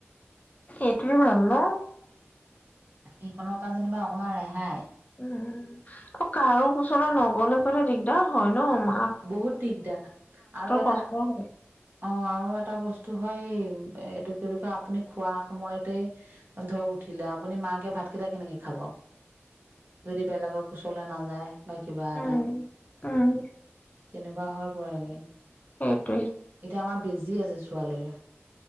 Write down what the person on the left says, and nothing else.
এইটোৱেই ভাল ন?
উম অ' কাৰো ওচৰলৈ নগলে কলে দিগদাৰ হয় ন মাৰ
কষ্ট হয়
উম উম
সেইটেই।